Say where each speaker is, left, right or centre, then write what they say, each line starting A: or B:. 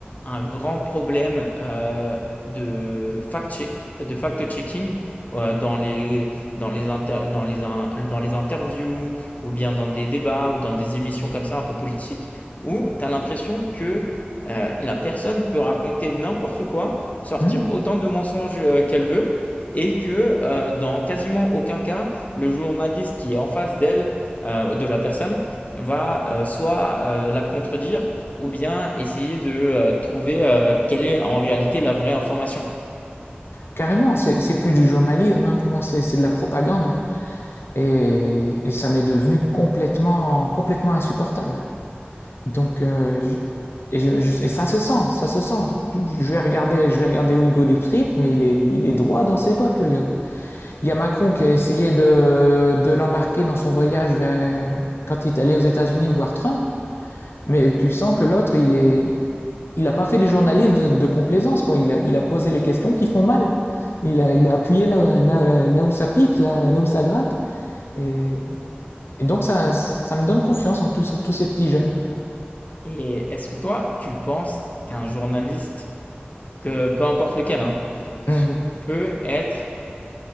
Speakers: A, on the left; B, on the left.
A: un grand problème euh, de fact-che- de fact-checking euh, dans les, dans les, inter- dans les, in- dans les interviews ou bien dans des débats ou dans des émissions comme ça un peu politiques où tu as l'impression que euh, la personne peut raconter n'importe quoi, sortir
B: Hmm.
A: autant de mensonges euh, qu'elle veut et que euh, dans quasiment aucun cas, le journaliste qui est en face d'elle, euh, de la personne, va euh, soit euh, la contredire ou bien essayer de euh, trouver euh, quelle est en réalité la vraie information.
B: Carrément, c'est plus du journalisme, hein, pour moi c'est c'est de la propagande. Et, et ça m'est devenu complètement, complètement insupportable. Donc, euh, je- et, je- je- et ça se sent, ça se sent. Je vais regarder, je vais regarder Hugo Décrypte, mais il est, il est droit dans ses bottes, le gars. Il y a Macron qui a essayé de, de l'embarquer dans son voyage vers- quand il est allé aux États-Unis voir Trump, mais tu sens que l'autre, il est, il a pas fait du journalisme de, complaisance, quoi. Il a, il a posé les questions qui font mal. Il a, il a appuyé là, là, là où ça pique, là, là où ça gratte. Et, et donc, ça, ça me donne confiance en tous, ces- tous ces petits jeunes.
A: Et est-ce que toi, tu penses qu'un journaliste, que peu importe lequel, hein, so-
B: Hmm.
A: peut être